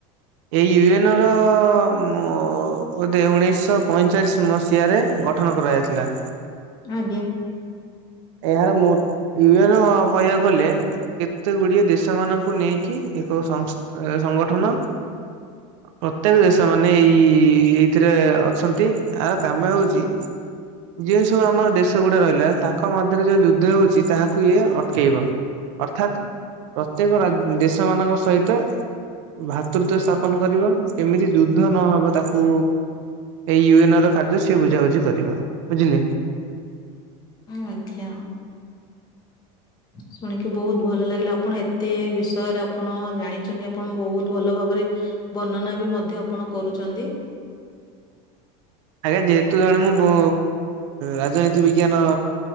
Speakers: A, on the right (about 70°); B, on the left (about 25°).
A: ଏଇ ୟୁ ଏନ ର ମ ଅ ବୋଧେ ଉଣେଇଶଶହ ପଇଁଚାଳିଶ ମସିହାରେ ଗଠନ କରାଯାଇଥିଲା।
B: ଆଜ୍ଞା।
A: ଏହାର ମୋଟ୍ ୟୁଏନର କହିବାକୁ ଗଲେ। କେତେ ଗୁଡିଏ ଦେଶ ମାନଙ୍କୁ ନେଇକି ଏକ ସଂସ୍ ସଂଗଠନ। ପ୍ରତ୍ୟେକ ଦେଶ ମାନେ ଏଇଏଇଥିରେ ଅଛନ୍ତି। ଆର କାମ ହେଉଛି ଯେଉ ସବୁ ଆମର୍ ଦେଶ ଗୁଡା ରହିଲା ତାଙ୍କ୍ ଙ୍କ ମଧ୍ୟରେ ଯୋଉ ଯୁଦ୍ଧ ହେଉଛି ତାହାକୁ ଇଏ ଅଟକେଇବ। ଅର୍ଥାତ୍ ପ୍ରତ୍ୟେକ ରାଜ୍ ଦେଶ ମାନଙ୍କ ସହିତ ଭ୍ରାତୃତ ସ୍ଥାପନ କରିବ। କେମିତି ଯୁଦ୍ଧ ନହବ ତାକୁ ଏଇ ୟୁ ଏନ୍ ର କାର୍ଯ୍ୟ ସିଏ ବୁଝାବୁଝି କରିବ ବୁଝିଲେ?
B: ହୁଁ ଆଜ୍ଞା। ଶୁଣିକି ବହୁତ୍ ଭଲ ଲାଗିଲା। ଆପଣ ଏତେ ବିଷୟରେ ଆପଣ ଜାଣିଛନ୍ତି ଆପଣ ବହୁତ ଭଲ ଭାବରେ ବର୍ଣ୍ଣନା ବି ମଧ୍ୟ ଆପଣ କରୁଛନ୍ତି।
A: ଆଜ୍ଞା ଯେହେତୁ ଜଣେ ମୁଁ ବୋ ରାଜନୀତି ବିଜ୍ଞାନ